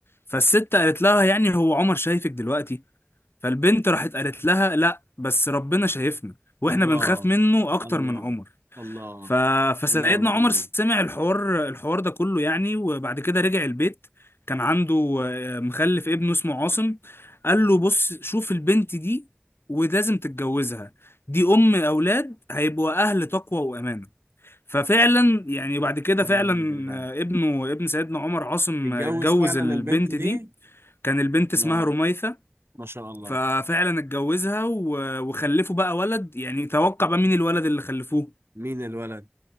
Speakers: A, on the left; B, on the right.
A: فالست قالت لها يعني هو عمر شايفك دلوقتي فالبنت راحت قالت لها لا بس ربنا شايفنا واحنا
B: الله
A: بنخاف منه اكتر
B: الله
A: من عمر
B: الله
A: ف... فسيدنا
B: ونعم
A: عمر
B: بالله
A: سمع الحوار الحوار ده كله يعني وبعد كده رجع البيت كان عنده آه، مخلف ابنه اسمه عاصم قال له بص شوف البنت دي ولازم تتجوزها دي ام اولاد هيبقوا اهل تقوى وامانه ففعلا يعني بعد كده
B: ونعم
A: فعلا
B: بالله
A: آه، ابنه ابن سيدنا عمر عاصم
B: اتجوز
A: آه، اتجوز
B: فعلا
A: البنت
B: البنت دي
A: دي كان البنت اسمها
B: الله
A: رميثة
B: ما شاء الله
A: ففعلا اتجوزها و- وخلفوا بقى ولد يعني توقع بقى مين الولد اللي خلفوه
B: مين الولد